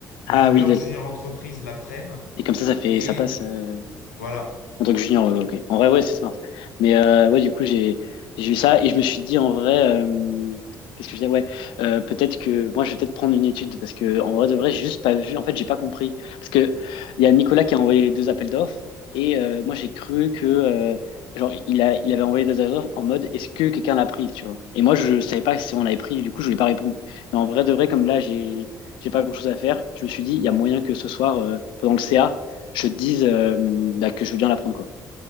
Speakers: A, on the left; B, on the left.
A: de
B: Ah
A: leur
B: oui, de-
A: junior entreprise la prenne
B: et comme ça, ça fait.
A: et
B: Ça passe. euh,
A: voilà.
B: En tant que junior, ouais, ok. En vrai, ouais, c'est smart. Mais euh, ouais, du coup, j'ai j'ai eu ça et je me suis dit en vrai, euh, qu'est-ce que je disais? Ouais, euh, peut-être que moi, je vais peut-être prendre une étude parce que en vrai de vrai, j'ai juste pas vu. En fait, j'ai pas compris parce que il y a Nicolas qui a envoyé les deux appels d'offres et euh, moi, j'ai cru que euh, genre il a il avait envoyé des appels d'offres en mode est-ce que quelqu'un l'a pris, tu vois? Et moi, je savais pas si on l'avait pris. Du coup, je voulais pas répondre. Mais en vrai de vrai, comme là, j'ai j'ai pas grand-chose à faire, je me suis dit il y a moyen que ce soir euh, pendant le CA je te dise euh, bah, que je veux bien l'apprendre, quoi.